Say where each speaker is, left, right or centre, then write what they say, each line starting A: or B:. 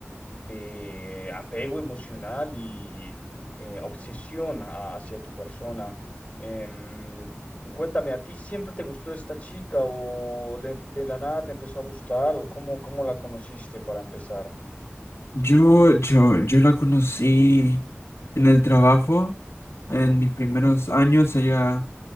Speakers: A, on the left; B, on the left.
A: de apego emocional y eh, obsesión a- hacia tu persona. Em, cuéntame, ¿a ti siempre te gustó esta chica o le- de la nada te empezó a gustar o cómo, cómo la conociste para empezar?
B: Yo, yo, yo la conocí en el trabajo, en mis primeros años, ella